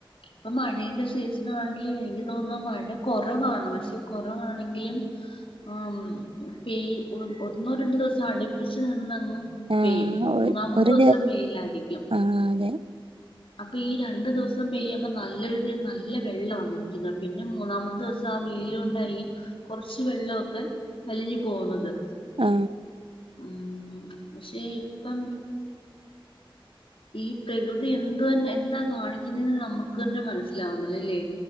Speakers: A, on the left; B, on the right.
A: ഇപ്പൊ മഴെന്റെ സീസണാണെങ്കിലും എനിക്ക് തോന്നുന്നു മഴ കൊറവാണ് പക്ഷെ കൊറവാണെങ്കിലും അം പെയ് ഒന്നോ രണ്ടോ ദിവസം അടുപ്പിച്ച് നിന്നങ് പെ
B: ആഹ്
A: പെയും
B: ഒ
A: മൂന്നാമത്തെ
B: ഒരു
A: ദിവസം വെയിലായിരിക്കും
B: ആഹ് അതെ
A: അപ്പൊ ഈ രണ്ടു ദിവസം പെയ്യുമ്പോ നല്ല രീതിയിൽ നല്ല വെള്ളവാ നിക്കുന്നത് പിന്നെ മൂന്നാമത്തെ ദിവസം ആ വെയില് കൊണ്ടായിരിക്കും കുറച്ച് വെള്ളൊക്കെ വലിഞ്ഞു പോകുന്നത്
B: ആ
A: ഉ പക്ഷെ ഇപ്പം ഈ പ്രകൃതി എന്ത എന്ത് തന്നെ എന്താ കാണിക്കുന്നെന്ന് നമുക്ക് തന്നെ മനസ്സിലാവുന്നില്ലല്ലേ